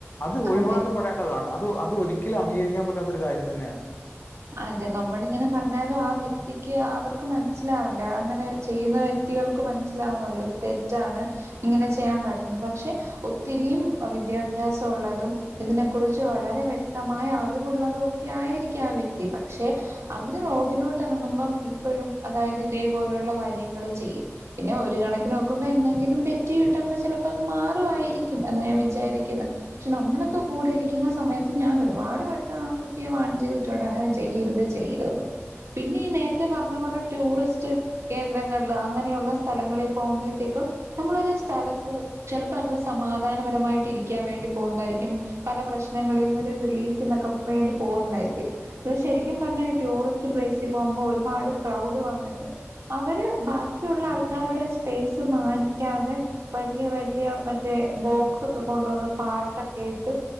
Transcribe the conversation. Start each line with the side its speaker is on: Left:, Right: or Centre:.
Left: അത് ഒഴിവാക്കപ്പെടേണ്ടതാണ്
Right: അതെ
Left: അത് അത് ഒരിക്കലും അംഗീകരിക്കാൻ പറ്റാത്തൊരു കാര്യം തന്നെയാണ്
Right: അതെ നമ്മളിങ്ങനെ പറഞ്ഞാലും ആ വ്യക്തിക്ക് അവർക്ക് മനസ്സിലാവണ്ടേ അങ്ങനെ ചെയ്യുന്ന വ്യക്തികൾക്ക് മനസ്സിലാവണല്ലോ ഇത് തെറ്റാണ് ഇങ്ങനെ ചെയ്യാൻ പറ്റുന്നെ പക്ഷെ ഒത്തിരിം വിദ്യാഭ്യാസം ഉള്ളതും ഇതിനെ കുറിച്ച് വളരെ വ്യക്തമായ അറിവുള്ളതും ഒക്കെ ആയിരിക്കും ആ വ്യക്തി- പക്ഷെ അവര് റോഡിലോട്ട് ഇറങ്ങുമ്പം ഇപ്പോഴും അതായത് ഇതേപോലെയുള്ള കാര്യങ്ങൾ ചെയ്യും പിന്നെ ഒരു കണക്കിന് നോക്കുമ്പോൾ എന്തെങ്കിലും പെറ്റി കിട്ടുമ്പോ ചിലപ്പോ അത് മാറുമായിരിക്കും എന്ന് ഞാൻ വിചാരിക്കുന്നത് പക്ഷെ നമ്മളൊക്കെ കൂടിയിരിക്കുന്ന സമയത്ത് ഞാൻ ഒരുപാട് വെട്ടം ആ കുട്ടിയെ വാൺ ചെയ്തിട്ടുണ്ട് അങ്ങനെ- ചെയ്യരുത് ചെയ്യരുതന്ന് പിന്നെ ഈ നേരത്തെ പറഞ്ഞപോലെ ടൂറിസ്റ്റ് കേന്ദ്രങ്ങളില് അങ്ങനെയുള്ള സ്ഥലങ്ങളിൽ പോകുമ്പോഴത്തേക്കും നമ്മളരു സ്ഥലത്ത് ചിലപ്പോ നമ്മള് സമാധാനപരമായിട്ട് ഇരിക്കാൻ വേണ്ടി പോകുന്നതായിരിക്കും പല പ്രശ്നങ്ങളിൽ നിന്ന് ഒരു റിലീഫന്നൊക്കെ വേണ്ടി പോകുന്നതായിരിക്കും- പിന്നെ ശരിക്കും പറഞ്ഞ ഈ ടൂറിസ്റ്റ് പ്ലെസിൽ പോകുമ്പോൾ ഒരുപാട് ക്രൗഡ് വന്നിട്ട്- അവര് ബാക്കിയുള്ള ആൾക്കാ- ക്കാരുടെ സ്പേസ് മാനിക്കാതെ വലിയ വലിയ മറ്റേ ബോക്സ് ഒക്കെ കൊണ്ടുവന്ന് പാട്ടൊക്കെ ഇട്ട്